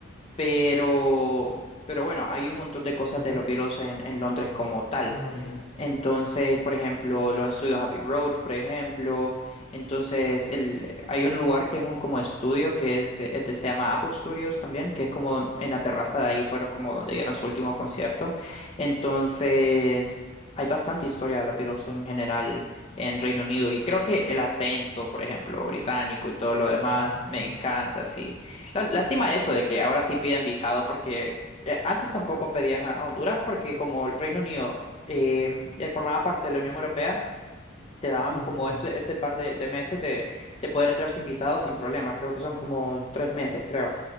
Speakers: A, on the left; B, on the left.
A: pero, pero bueno, hay un montón de cosas
B: ujú,
A: de los Beatles en, en Londres como tal.
B: en Londres.
A: Entonces, por ejemplo, los estudios Abbey Road, por ejemplo. Entonces, el, hay un lugar que es un como estudio que es, eh, de- se llama Apple Studios también, que es como en la terraza de ahí, pero como donde dieron su último concierto. Entonces, hay bastante historia de los Beatles en general en Reino Unido y creo que el acento, por ejemplo, británico y todo lo demás,
B: Ah,
A: me
B: sí,
A: encanta, sí. Lá- Lástima eso de que ahora sí piden visado porque eh, antes tampoco pedían a a Honduras porque como el Reino Unido eh, eh, formaba parte de la Unión Europea, te daban
B: sí,
A: como
B: sí, sí,
A: este, este par de, de meses de, de poder entrar sin visado, sin problema. Creo que son como tres meses, creo.